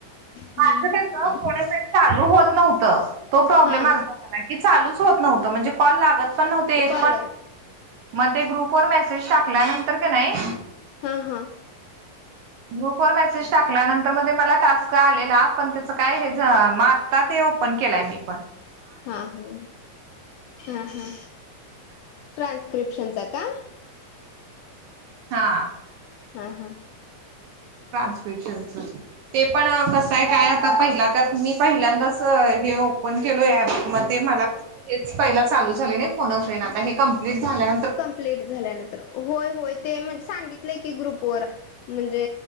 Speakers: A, on the left; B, on the right.
A: <inaudible>
B: माझं कसं कोणाच चालू होत नव्हतं. तो प्रॉब्लेम
A: हा
B: आलता मला की, चालूच होत नव्हतं, म्हणजे कॉल लागत पण नव्हते येत
A: कॉल
B: पण नव्हते. मग ते ग्रुपवर मेसेज टाकल्यानंतर का नाही
A: हां हां.
B: ग्रुपवर मेसेज टाक ल्यानंतर मग ते मला टास्क आलेला, पण त्याच काय हे म आता ते ओपन केलाय मीपण.
A: हां हां. हां हां, ट्रान्स्क्रिप्शनचा का?
B: हा.
A: हा हा.
B: ट्रान्स्क्रिप्शनचं. ते पण कसंय काय, आता पहिला त्यात मी पहिल्यांदाच हे ओपन केलोय ॲप. मग ते मला तेच पहिला चालू झालेले फोन अ फ्रेंड आता हे कमप्लीट झाल्यानं
A: कंप्लीट झाल्यानंतर. होय होय, ते म्हणजे सांगितलंय की ग्रुपवर. म्हणजे